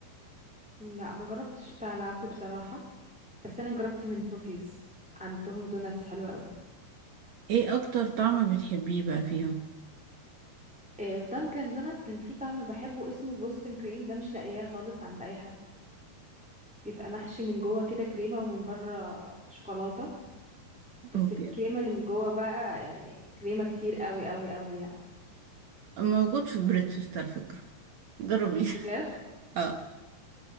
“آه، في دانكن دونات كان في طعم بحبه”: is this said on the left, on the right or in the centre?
Centre